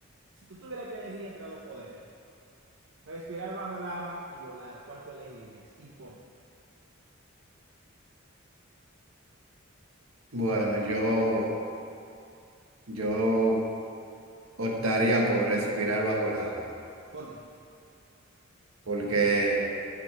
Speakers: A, on the right; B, on the right.
A: Si tú tuvieras que elegir entre dos poderes, respirar bajo el agua y volar, ¿cuál tú elegirías? ¿Y por qué?
B: Bueno, yo, yo optaría por respirar bajo el agua,
A: Porque
B: porque